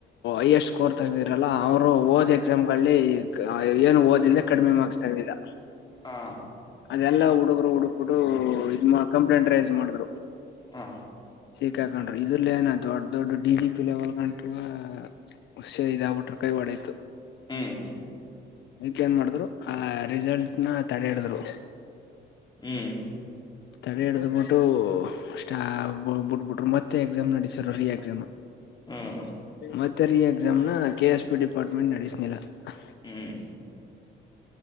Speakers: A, on the left (about 65°); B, on the left (about 20°).
A: ಐಯಸ್ಟ್ ಸ್ಕೋರ್ ತಗ್ದಿರಲ್ಲ ಅವ್ರು ಓದ್ ಎಕ್ಸಾಮ್ ಗಳಲ್ಲಿ ಏನು ಆದಿಲ್ದೆ ಕಡಿಮೆ ಮಾರ್ಕ್ಸ್ ತಗದಿದ
B: ಹಾ
A: ಅದೆಲ್ಲಾ ಹುಡುಗರು ಹುಡುಕ್ಬಿಡು ಇದ ಕಂಪ್ಲೇಂಟ್ ರೈಸ್ ಮಾಡಿದ್ರು
B: ಹಾ
A: ಸಿಕ್ಕ ಹಾಕೊಂಡ್ರು ಇದ್ರಲ ಏನ ದೊಡ್ ದೊಡ್ಡ ಡಿ ಜಿ ಪಿ ಲೆವೆಲ್ ಗಂಟವ ಹುಷ ಇದಾಗಬಿಟರು ಕೈವಾಡಯ್ತು
B: ಹ್ಮ್
A: ಈಕ ನ್ ಮಾಡಿದ್ರು ಆ ರಿಸಲ್ಟ್ ನ ತಡೆಹಡಿದ್ರು
B: ಹ್ಮ್
A: ತಡೆ ಹಿಡ್ದ ಬಿಟ್ಟು್ಬಿಟ್ಬಟ್ರು ಮತ್ತೆ ಎಕ್ಸಾಮ್ ನಡೆಸಿದ್ರುಎಕ್ಸಾಮ್
B: ಹ್ಮ್
A: ಮತ್ತೆ reexam K S P department ನಡೆಸನಕರ್ನಾಟಕ
B: ಹ್ಮ್ ಹ್ಮ್